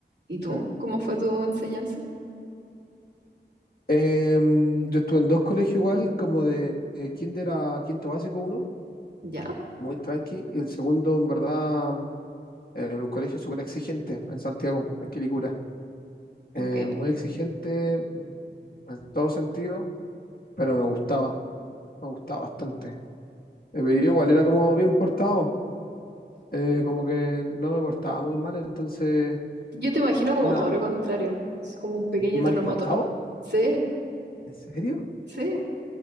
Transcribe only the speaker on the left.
Sí.
Em, yo estuve en dos colegios igual, como de eh, kinder a quinto básico uno,
muy tranqui, y el segundo en verdad en un colegio súper exigente en Santiago, en Quilicura. Eh,
muy exigente mm, en todo sentido, pero me gustaba, me gustaba bastante. Eh, pero yo igual era como bien portado, eh, como que no me portaba muy mal, entonces,
una,
¿mal
portado?
¿En serio?